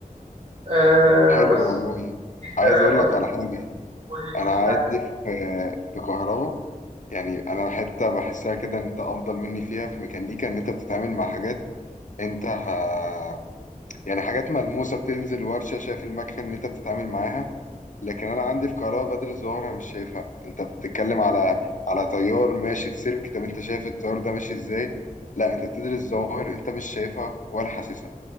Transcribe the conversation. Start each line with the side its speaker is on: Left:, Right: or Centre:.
Right: آه،
Left: حلو
Right: بس
Left: والله
Right: انت
Left: عايز اقول
Right: قول
Left: لك
Right: لي
Left: على حاجة
Right: قول لي الجزء
Left: انا عندي
Right: بتاعك كان
Left: في في كهرباء يعني انا حتة بحسها كده ان انت افضل مني فيها في ميكانيكا ان انت بتتعامل مع حاجات انت ه... يعني حاجات ملموسة بتنزل ورشة شايف المكنة اللي انت بتتعامل معاها لكن انا عندي في كهرباء بدر الظهر انا مش شايفها انت بتتكلم على على تيار ماشي في سلك طب انت شايف التيار ده ماشي ازاي لا انت بتدرس ظواهر انت مش شايفها ولا حاسسها